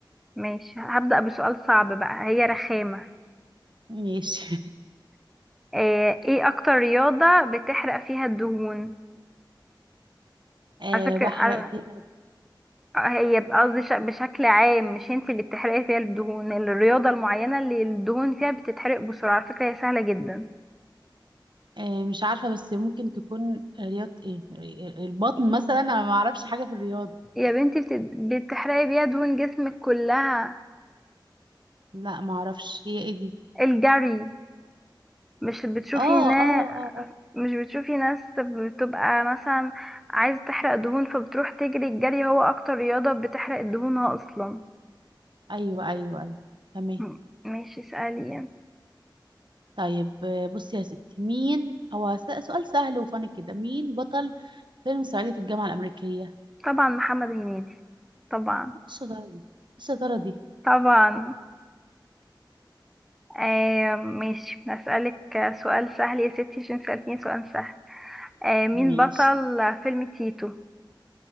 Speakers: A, in the centre; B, on the right.
A: ماشي هبدا بسؤال صعب بقى هي رخامه
B: ماشي
A: ايه إيه اكتر رياضه بتحرق فيها الدهون
B: <laughs> أه
A: على فكره
B: بحرق فيها
A: هي بقى قصدي ش- بشكل عام مش انت اللي بتحرقي فيها الدهون الرياضة المعينة اللي الدهون فيها بتتحرق بسرعة على فكرة هي سهلة جدا
B: أه مش عارفه بس ممكن تكون رياضه ايه ري- البطن مثلا انا ما اعرفش حاجه في الرياضه
A: يا بنتي بت- بتحرقي بيها دهون جسمك كلها
B: لا ما اعرفش هي ايه دي
A: الجري مش بتشوفي
B: اه
A: ناس
B: اه اه اه
A: مش بتشوفي ناس بتبقى مثلا عايزة تحرق دهون فبتروح تجري الجري هو اكتر رياضة بتحرق دهونها اصلا
B: ايوه ايوه ايوه تمام
A: م- ماشي اسألي يعني.
B: طيب آه، بصي يا ستي مين هو س- سؤال سهل وفاني كده مين بطل فيلم صعيدي في الجامعه الامريكيه
A: طبعا محمد هنيدي طبعا
B: ايه الشطاره دي إيه الشطاره دي
A: طبعا آه ماشي هسألك سؤال سهل يا ستي عشان سألتيني سؤال سهل آه مين
B: ماشي
A: بطل فيلم تيتو